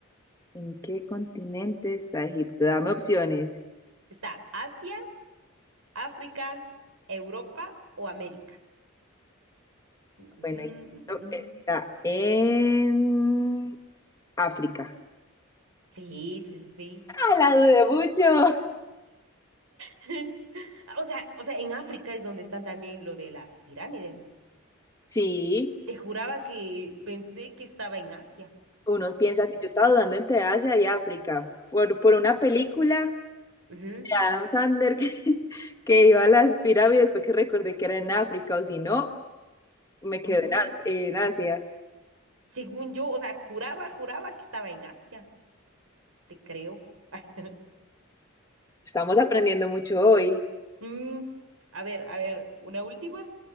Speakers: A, on the left (about 15°); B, on the right (about 85°).
A: ¿En qué continente está Egipto? Dame opciones.
B: ¿Está Asia, África, Europa o América? Mm,
A: Bueno,
B: mm,
A: Egipto
B: mm, mm.
A: está en África.
B: Sí, sí, sí.
A: ¡Ah, la dudé mucho!
B: sí. <laughs> O sea, o sea, en África es donde están también lo de las pirámides, ¿no?
A: Sí,
B: Te juraba que pensé que estaba en Asia.
A: uno piensa
B: No sé por
A: que yo estaba
B: qué.
A: dudando entre Asia y África por, por una película
B: Ujú.
A: de Adam Sandler que, <laughs> que iba a las pirámides, fue que recordé que era en África, o si no, me quedo
B: Ah,
A: en, As- en Asia.
B: Según yo, o sea, juraba, juraba que estaba en Asia. Te creo. <laughs>
A: Estamos aprendiendo mucho hoy.
B: Mm, a ver, a ver, una última.